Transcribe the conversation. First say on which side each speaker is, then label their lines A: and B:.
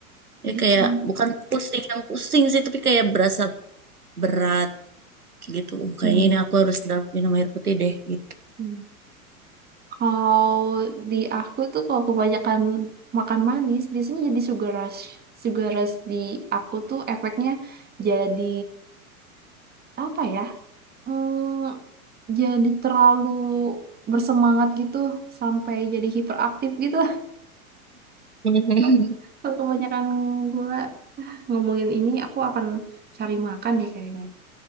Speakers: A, on the right; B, on the right.
A: iya
B: ya kayak
A: sih.
B: bukan pusing yang pusing sih tapi kayak berasa berat gitu. Uh, Kayaknya
A: Hmm.
B: ini aku harus minum air putih deh gitu.
A: Hmm. Kalau di aku tuh kalau kebanyakan makan manis biasanya jadi sugar rush. Sugar rush di aku tuh efeknya jadi apa ya? Hmm, jadi terlalu bersemangat gitu sampai jadi hiperaktif gitu.
B: <laughs>
A: <laughs> Kalau kebanyakan gula ngomongin ini, aku akan cari makan deh kayaknya.